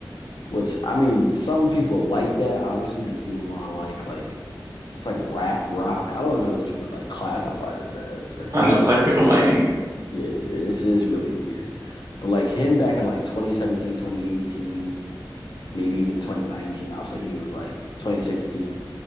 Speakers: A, on the left; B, on the right.
A: which I mean, some people like that obviously because people want to like like it's like rap rock. I don't even know what you would like classify that as. Like some
B: I know.
A: of
B: It's
A: his
B: like
A: songs,
B: pick a lane.
A: yeah, this is really weird. But like him back in like 2017, 2018, maybe even 2019, I'll say he was like 2016.